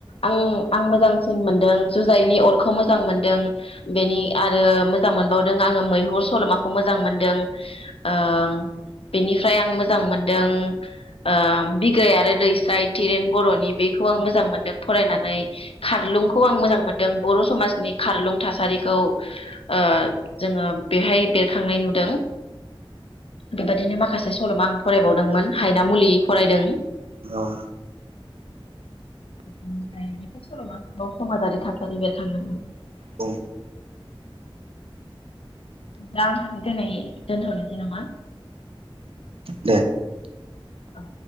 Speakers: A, on the left; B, on the right.
A: आं-आं मोजांसि सिन मोनदों जुजाइनि अरखौ मोजां मोनदों बेनि आरो मोजां मोनबावदों आङो मैहुर सल'माखौ मोजां मोनदों ओ बेनिफ्राय आं मोजां मोनदों ओ बिग्राय आरो दैस्राइ तिरेन बर'नि बेखौ आं मोजां मोनदों फरायनानै खारलुंखौ आं मोजां मोनदों बर' समाजनि खारलुं थासारिखौ ओ जोङो बेहाय बेरखांनाय नुदों बेबादिनो माखासे सल'मा आं फरायबावदोंमोन हायना मुलि फरायदों
B: औ
A: ओमफ्राय बेफोर सल'माफोराव समाजारि थासारि बेरखांदोंमोन
B: औ
A: दा दिनै दोनथ'नोसै नामा
B: दे
A: औ